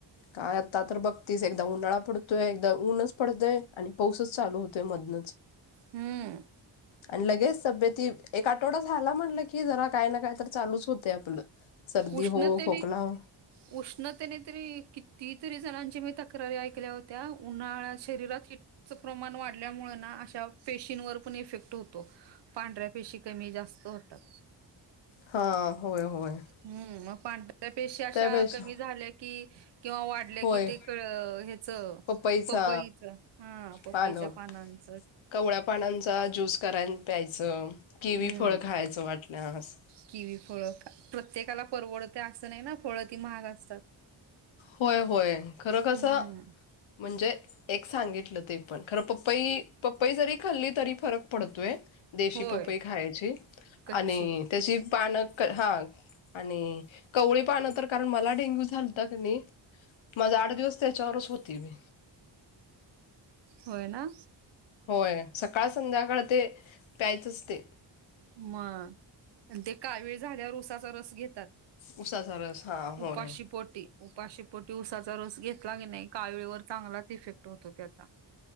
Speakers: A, on the left; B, on the right.
A: काय आता तर बघ तीस एकदा उन्हाळा पडतोय, एकदा ऊनच पडतय, आणि पाऊसच चालू होतोय मधनच
B: हम्म!
A: आणि लगेच तब्येत, एक आठवडा झाला, म्हणलं की, जरा काय ना काय तर चालूच होते आपलं. सर्दी
B: उष्णतेने
A: हो खोकला हो.
B: उष्णतेने तरी, किती तरी जणांची मी तक्रारी ऐकल्या होत्या, उन्हाळ्या शरीरात हिट प्रमाण वाढल्यामुळें ना, अशा पेशींवर पण इफेक्ट होतो पांढऱ्या पेशी कमी जास्त होतात.
A: हा. होय, होय.
B: हम्म! मग पांढऱ्या पेशा अशा
A: त्यापेक्षा
B: कमी झाल्या की, किंवा वा वाढल्या
A: होय
B: की, ते ह्याच
A: पपईचा
B: पपईच, हा पपईच्या
A: पानं
B: पानांचा
A: कवळ्या पानांचा ज्यूस करान प्यायचं, किवी
B: हम्म
A: फळ खायचं वाटल्यास
B: किवी फळं, प्रत्येकाला परवडते असं नाही ना फळं ती महाग असतात.
A: होय, होय. खर कस
B: हम्म
A: म्हणजे एक सांगितलं. ते पण खरं पपई, पपई जरी खाल्ली तरी फरक पडतोय. देशी
B: होय
A: पपई खायचे
B: कच्ची
A: आणि त्याची पानं, हा आणि कवळी पान तर कारण मला डेंग्यू झालता क नाही, माझा आठ दिवस त्याच्यावरच होती मी
B: होय ना!
A: होय, सकाळ संध्याकाळ ते प्यायचच ते
B: मग आणि ते कावीळ झाल्यावर उसाचा रस घेतात
A: उसाचा रस हां होय.
B: उपाशी पोटी उपाचशे पटी उऊसाचा रस घेतला की नाही काळळीवर चांगलाच इफेक्ट होतो त्याचा